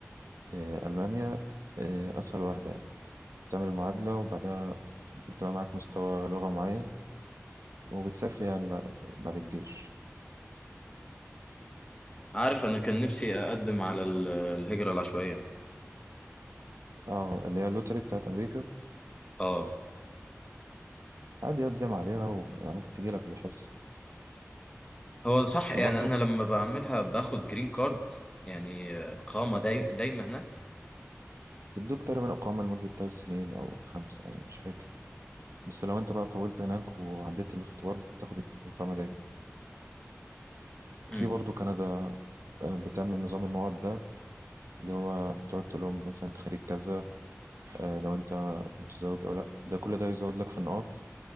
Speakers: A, on the right; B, on the left.
A: آه، المانيا آه، اسهل واحده يعني. تعمل المعادلة وبعدها بتبقى معاك مستوى لغة معين وبتسافر يعني بعد بعد الجيش
B: عارف أنا كان نفسي أقدم على ال- الهجرة العشوائية
A: اه اللي هي اللوتري بتاعت أمريكا
B: آه
A: عادي يقدم عليها وممكن تجيلك بالحظ
B: هو صح يعني
A: وبرضه
B: أنا
A: في-
B: لما بعملها باخد جرين كارد يعني آه، قامة داي... دايمة هناك
A: بيدوك تقريبا إقامة لمدة تلات سنين أو خمسة يعني مش فاكر بس لو أنت بقى طولت هناك وعديت الاختبار بتاخد الإقامة دايما
B: امم
A: في برضه كندا آه، بتعمل نظام النقط ده اللي هو بتقعد تقول لهم مثلا أنت خريج كذا آه، لو أنت متزوج أو لأ ده كل ده بيزود لك في النقط